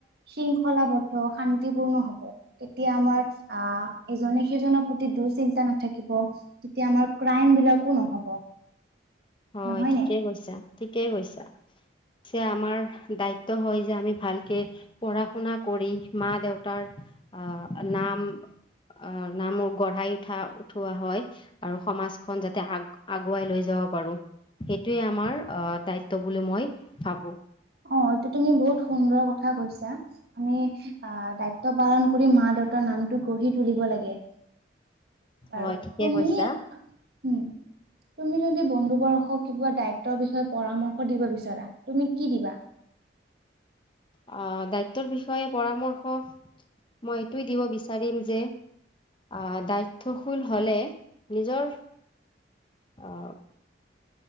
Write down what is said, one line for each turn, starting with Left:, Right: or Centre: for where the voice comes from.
Right: শৃংখলাবদ্ধ শান্তিপূৰ্ণ হব, তেতিয়া আমাৰ আ, ইজনে সিজনৰ প্ৰতি দুঃচিন্তা নাথাকিব। এতিয়া আমাৰ ক্ৰাইম বিলাকো নহ'ব
Left: হয়,
Right: নহয়নে?
Left: ঠিকেই কৈছা ঠিকেই কৈছা। প্ছে আমাৰ দায়িত্ব হয় যে আমি ভালকে পঢ়া শুনা কৰি মা দেউতাৰ আ, নাম আহ নাম গঢ়াই উঠা-উঠোৱা হয় আৰু সমাজখন যাতে আগ আগুৱাই লৈ যাব পাৰো। সেইটোৱে আমাৰ আহ দায়িত্ব বুলি মই ভাবো।
Right: অ এইটো তুমি বহুত সুন্দৰ কথা কৈছা। আমি দায়িত্ব পালন কৰি মা দেত নামটো গঢ়ি তুলিব লাগে। বাৰু,
Left: হয় ঠিকে
Right: তুমি
Left: কৈছা
Right: উম তুমি যদি বন্ধু ব কিবা দায়িত্বৰ বিষয়ে পৰামৰ্শ দিব বিচৰা তুমি কি দিবা?
Left: আ, দায়িত্বৰ বিষয়ে পৰামৰ্শ মই এইটোয়ে দিব বিচাৰিম যে আ, দায়িত্বশীল হলে নিজৰ আ,